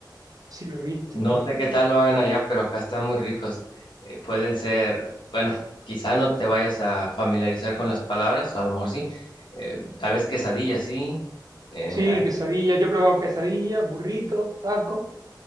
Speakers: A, on the right (about 50°); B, on the left (about 80°).
A: sí lo he visto.
B: No
A: Eh,
B: sé qué tal lo hagan allá, pero acá están muy ricos. Eh, pueden ser, bueno, quizá no te vayas a familiarizar con las palabras, a lo mejor sí. Eh, tal vez quesadilla, sí. Eh,
A: Sí,
B: hay-
A: quesadillas, yo he probado quesadillas, burritos, tacos.